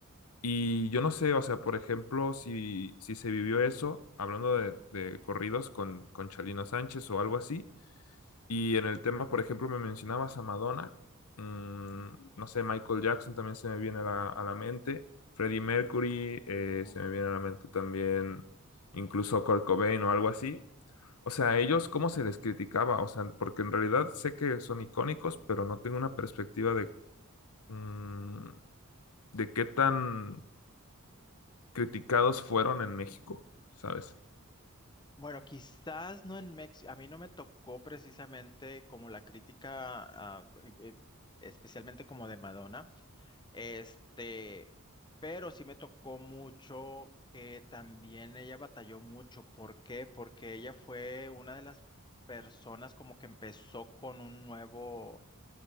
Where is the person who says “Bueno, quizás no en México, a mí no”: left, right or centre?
Left